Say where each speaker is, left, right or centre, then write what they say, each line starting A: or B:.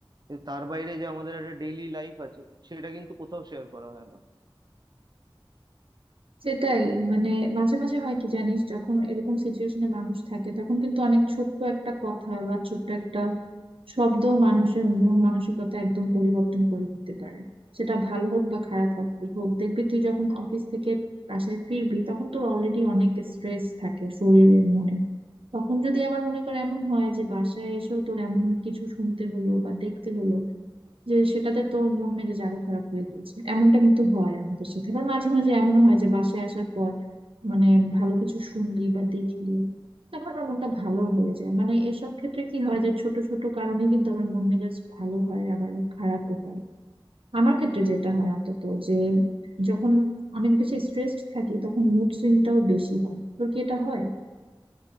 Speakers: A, on the right; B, on the right.
A: কিন্তু তার বাইরে যে আমাদের একটা ডেইলি লাইফ আছে সেটা কিন্তু কোথাও শেয়ার করা হয় না
B: সেটাই মানে মাঝে মাঝে হয় কি জানিস যখন এরকম সিচুয়েশনে মানুষ থাকে তখন কিন্তু অনেক ছোট্ট একটা কথা বা ছোট্ট একটা শব্দ মানুষের মন মানসিকতা একদম পরিবর্তন করে দিতে পারে সেটা ভালো হোক বা খারাপ হোক হোক দেখবি তুই যখন অফিস থেকে বাসায় ফিরবি তখন তোর অলরেডি অনেক স্ট্রেস থাকে শরীরে মনে তখন যদি আবার মনে কর এমন হয় যে বাসায় এসেও তোর এমন কিছু শুনতে হলো বা দেখতে হলো যে সেটাতে তোর মন মেজাজ আরো খারাপ হয়ে গিয়েছে এমনটা কিন্তু হয় আমাদের সাথে আবার মাঝে মাঝে এমন হয় যে বাসায় আসার পর মানে ভালো কিছু শুনলি বা দেখলি তারপর আমার মনটা ভালো হয়ে যায় মানে এসব ক্ষেত্রে কি হয় যে ছোট ছোট কারণে কিন্তু আমার মন মেজাজ ভালো হয় আবার খারাপও হয় আমার ক্ষেত্রে যেটা হয় অন্তত যে যখন অনেক বেশি স্ট্রেসড থাকি তখন মুড সুইংটাও বেশি হয় তোর কি এটা হয়